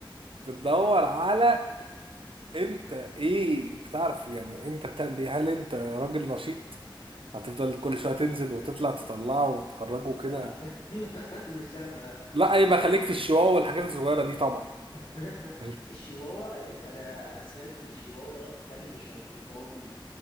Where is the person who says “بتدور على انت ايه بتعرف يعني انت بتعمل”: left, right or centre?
Right